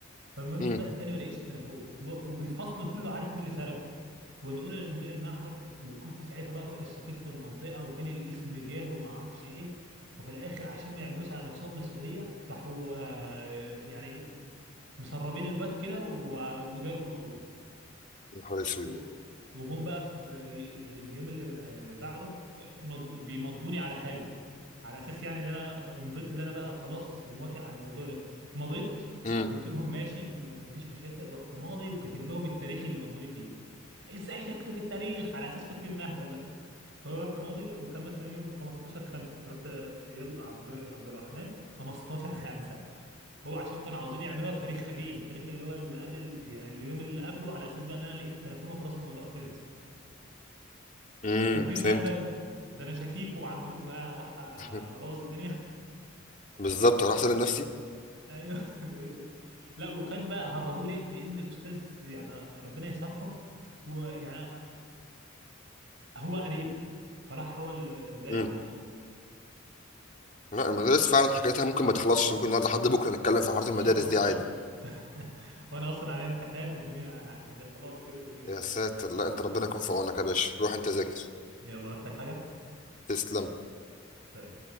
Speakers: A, on the right; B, on the left.
A: فالمهم
B: امم
A: طلعت تاني ما لقيتش التليفون و- والفصل كله عارف مين اللي سرقه ونقول لمدير المعهد وكنت ساعتها بقى رحت اشتكيت في المنطقه وكان الاسم جه وما اعرفش ايه وفي الاخر عشان ما يعملوش على نفسهم مسؤوليه راحوا آه، يعني إيه، مسربين الواد كده و- وداروا الموضوع
B: يا نهار اسود
A: و- وجم بقى في اليوم اللي آه، بعده مض- بيمضوني على حاجه على اساس يعني ان انا مضيت اللي انا بقى خلاص موافق على الموضوع ده مضيت
B: امم
A: قلت لهم ماشي م- مفيش مشاكل رحت ماضي وكاتب لهم التاريخ اللي مضوني فيه ازاي تكتب التاريخ على اساس فاكرين نهبل بقى فهو رحت ماضي وكان مثلا يوم 15 5 رحت يلا عبد عبد الرحمن 15 5 هو عشان كانوا عاوزين يعملوها بتاريخ قديم التاريخ اللي هو اللي قبل ال- يعني اليوم اللي قبله على اساس بقى ان انا لقيت التليفون وخلاص الموضوع خلص
B: امم
A: انتوا فاكرين
B: فهمتك
A: نهبل ده انا شكيك وعامل لكم ها هروح ابوظ
B: <laughs>
A: الدنيا
B: بالظبط هروح اسلم نفسي
A: <laughs> ايوه ايه ده لا وكان بقى هربوه ليه لان استاذ يعني ربنا يسامحه هو يعني هو قريبه فراح هو المداري
B: امم
A: على الموضوع
B: لا المدارس فعلا حكايتها ممكن ما تخلصش ممكن نقعد لحد بكرة نتكلم في حوارات
A: اه
B: المدارس
A: والله
B: دي عادي
A: <laughs> وانا اصلا عليا امتحان والدنيا يعني خلاص كبرت مني
B: يا ساتر لا انت ربنا يكون في عونك يا باشا روح انت ذاكر
A: يلا محتاج حاجة
B: تسلم
A: سلام